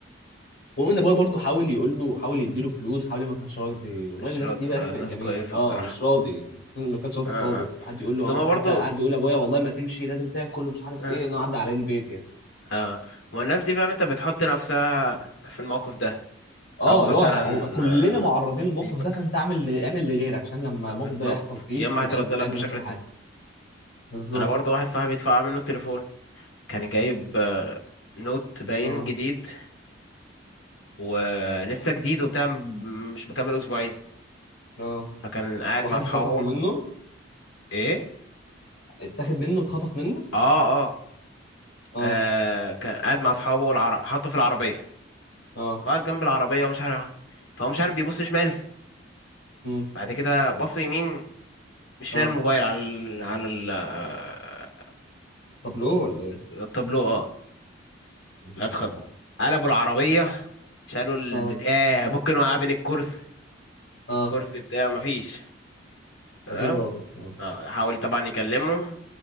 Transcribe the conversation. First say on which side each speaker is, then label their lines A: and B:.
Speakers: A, on the left; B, on the left.
A: المهم ان ابويا برضه حاول يقول له حاول يديله فلوس حاول ما كانش راضي والله
B: مش
A: الناس
B: راضي
A: دي بقى
B: لا
A: اخي
B: الناس
A: بقت جميله
B: كويسة
A: اه
B: الصراحة
A: مش راضي كان- ما كانش راضي
B: اه
A: خالص
B: اه
A: قعد يقول له
B: بس
A: آه،
B: هما برضو
A: حتى قعد يقول لابويا والله ما تمشي لازم تاكل ومش عارف
B: اه
A: ايه انه عدى عليه البيت يعني
B: اه ما هو الناس دي فاهم انت بتحط نفسها في الموقف ده
A: اه
B: او مثلا
A: اللي هو ه- هو كلنا معرضين
B: آه،
A: للموقف
B: سيبك
A: ده فانت اعمل ل- اعمل لغيرك عشان لما الموقف
B: بالظبط
A: ده يحصل فيك
B: يا اما
A: تبقى
B: هيترد
A: انت
B: لك
A: تعمل
B: بشكل
A: نفس الحاجه
B: ت...
A: بالظبط
B: انا برضو واحد صاحبي اتفقع منه التليفون كان جايب آه، نوت باين
A: اه
B: جديد ولسه جديد وبتاع م- مش مكمل اسبوعين
A: اه
B: فكان قاعد
A: واحد
B: مع اصحابه
A: خطفه منه
B: ايه
A: اتاخد منه اتخطف منه
B: اه اه,
A: اه
B: آه كان قاعد مع اصحابه والعر... حطه في العربيه
A: اه
B: قعد جنب العربيه ومش عارف فهو مش عارف بيبص شمال
A: امم
B: بعد كده بص يمين مش
A: اه
B: لاقي الموبايل على ال... على ال... آه،
A: طب لو ولا ايه؟
B: التابلو اه
A: يا نهار
B: لا اتخض
A: ازرق
B: قلبوا العربيه شالوا البتاع
A: اه
B: ممكن وقع بين الكرسي
A: اه
B: الكرسي بتاعه مفيش تمام
A: مفيش برضه اه
B: اه حاول طبعا يكلمه